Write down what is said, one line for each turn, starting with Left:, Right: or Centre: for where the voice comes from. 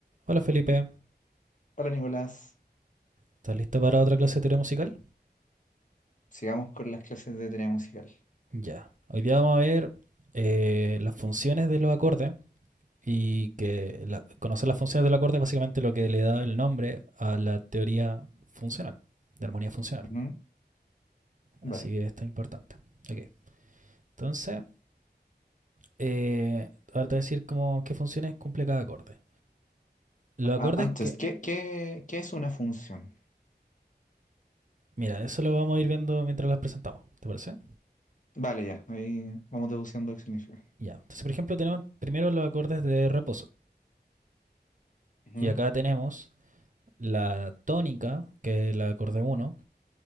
Right: Hola Felipe,
Left: Hola Nicolás,
Right: ¿estás listo para otra clase de teoría musical?
Left: sigamos con las clases de teoría musical.
Right: Ya. Hoy día vamos a ver eh, las funciones de los acordes y que la- conocer las funciones del acorde es básicamente lo que le da el nombre a la teoría funcional, de armonía funcional.
Left: Ujú, Vale.
Right: Así que está importante. Ok, entonces, eh, ahora te voy a decir cómo, qué funciones cumple cada acorde. Los
Left: Pero
Right: acordes
Left: a- antes,
Right: que...
Left: ¿qué, qué, qué es una función?
Right: Mira, eso lo vamos a ir viendo mientras las presentamos, ¿te parece?
Left: Vale, ya, ahí vamos deduciendo qué significa.
Right: Ya. Entonces, por ejemplo, tenemos primero los acordes de reposo.
Left: Ujú.
Right: Y acá tenemos la tónica, que es el acorde uno